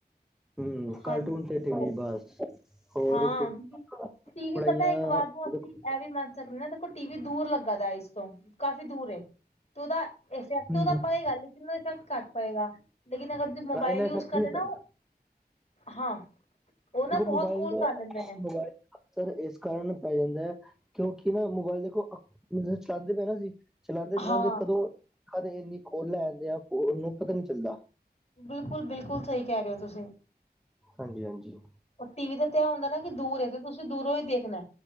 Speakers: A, in the centre; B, on the left.
A: ਹੂੰ, ਕਾਰਟੂਨ
B: ਹਾਂਜੀ
A: ਤੇ ਟੀ-ਵੀ ਬਸ, ਹੋਰ
B: ਹਾਂ
A: ਕੁਛ
B: ਕਿਉਂਕਿ ਟੀਵੀ
A: ਪੜਾਈਆਂ।
B: ਪਤਾ ਇੱਕ ਵਾਰ ਨੂੰ ਅਸੀਂ
A: ਦੇਖੋ,
B: ਇਹ ਵੀ ਮੰਨ ਸਕਦੇ ਨਾ ਦੇਖੋ, ਟੀ ਵੀ ਦੂਰ ਲੱਗਾ ਆ ਇਸ ਤੋ, ਕਾਫ਼ੀ ਦੂਰ ਏ। ਤੇ ਉਹਦਾ ਇਫੈਕਟ
A: ਹਮ
B: ਉਹਦਾ ਪਏਗਾ। ਲੇਕਿਨ, ਉਹਦਾ ਇਫੈਕਟ ਘੱਟ ਪਏਗਾ। ਜਿਨਾਂ ਕਰਕੇ ਉਹ ਮੋਬਾਈਲ
A: ਇੰਨਾ ਇਫੈਕਟ
B: ਯੂਜ ਕਰਦੇ
A: ਨਹੀਂ
B: ਨੇ
A: ਪੈਂਦਾ
B: ਨਾ। ਉਹ ਹਾਂ। ਉਹ
A: ਦੇਖੋ,
B: ਨਾ ਬਹੁਤ
A: ਮੋਬਾਇਲ
B: ਕੋਲ
A: ਦਾ
B: ਕਰ ਲੈਂਦੇ ਨੇ
A: ਮੋਬਾਇਲ ਅਕਸਰ ਇਸ ਕਾਰਨ ਪੈ ਜਾਂਦਾ ਹੈ। ਕਿਉਕਿ ਨਾ ਮੋਬਾਇਲ ਦੇਖੋ ਚਲੰਦੇ ਪਾਏ ਹਾਂ ਅਸੀ। ਚਲਂਦੇ-ਚਲਂਦੇ
B: ਹਾਂ
A: ਕਦੋ। ਕਦੇ ਇੰਨੀ ਖੋਲ ਲੈ ਜਾਂਦੇ ਆ। ਉਹਨੂੰ ਪਤਾ ਨੀ ਚੱਲਦਾ।
B: ਬਿਲਕੁਲ- ਬਿਲਕੁਲ ਸਹੀ ਕਹਿ ਰਹੇ ਹੋ ਤੁਸੀਂ।
A: ਹਾਂਜੀ- ਹਾਂਜੀ
B: ਉਹ ਟੀ ਵੀ ਦਾ ਧਿਆਨ ਹੁੰਦਾ ਨਾ। ਕਿ ਦੂਰ ਹੈਗਾ ਤੁਸੀਂ ਦੂਰੋਂ ਹੀ ਦੇਖਣਾ।